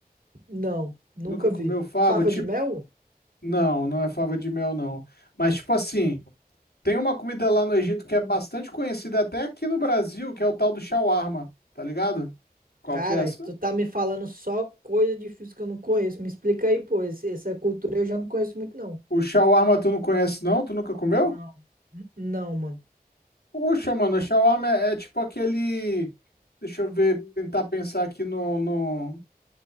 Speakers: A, on the right; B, on the left.
A: Não, nunca
B: Nunca comeu
A: vi.
B: fava?
A: Fava
B: Tipo,
A: de mel?
B: não, não é fava de mel, não. Mas tipo assim. Tem uma comida lá no Egito que é bastante conhecida até aqui no Brasil, que é o tal do shawarma, tá ligado? Qual
A: Cara,
B: que é essa?
A: tu tá me falando só coisa difícil que eu não conheço. Me explica aí, pô. esse- Essa cultura eu já não conheço muito, não.
B: O shawarma tu não conhece não? Tu nunca comeu?
A: Não, N- não, mano.
B: Poxa, mano, o shawarma é, é tipo aquele... Deixa eu ver, tentar pensar aqui no, no...